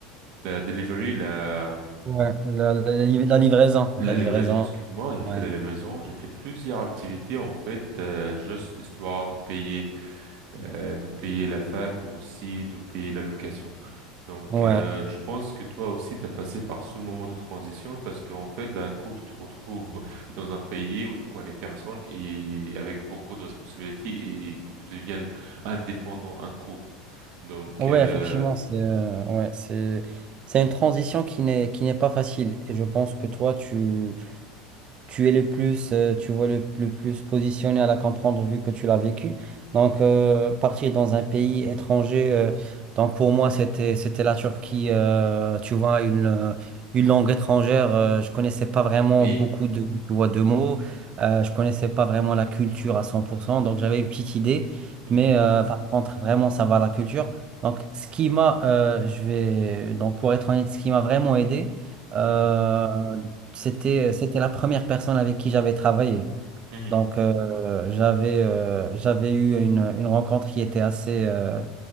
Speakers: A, on the right; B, on the right.
A: la delivery, la
B: ouais. La, la- la li- la livraison,
A: la
B: la livraison.
A: livraison, excuse-moi, j'ai fait
B: Ouais,
A: la livraison, j'ai fait plusieurs activités en fait, euh, juste histoire de payer, euh, de payer la fac aussi, de payer la location. Donc,
B: ouais,
A: euh, je pense que toi aussi, tu as passé par ce moment de transition parce qu'en fait, d'un coup, tu te retrouves dans un pays où tu connais personne et avec beaucoup de responsabilités et que tu deviennes indépendant un coup. Donc,
B: ouais.
A: euh,
B: Effectivement, c'est, euh, ouais, c'est, c'est une transition qui n'est, qui n'est pas facile. Et je pense que toi, tu, tu es le plus, euh, tu vois le, le plus positionné à la comprendre vu que tu l'as vécu.
A: mhm.
B: Donc, euh, partir dans un pays étranger, euh, donc pour moi, c'était, c'était la Turquie, euh, tu vois, une, euh, une langue étrangère. euh, je connaissais pas vraiment
A: oui.
B: beaucoup de, tu vois, de mots. euh, je connaissais pas vraiment la culture à 100%. Donc, j'avais une petite idée.
A: Mhm.
B: Mais euh, par contre, vraiment, ça va la culture. Donc, ce qui m'a, euh, je vais, donc pour être honnête, ce qui m'a vraiment aidé, euh,
A: Mhm.
B: c'était, euh, c'était la première personne avec qui j'avais travaillé.
A: Mhm.
B: Donc, euh, j'avais euh, j'avais eu une, une rencontre qui était assez, euh,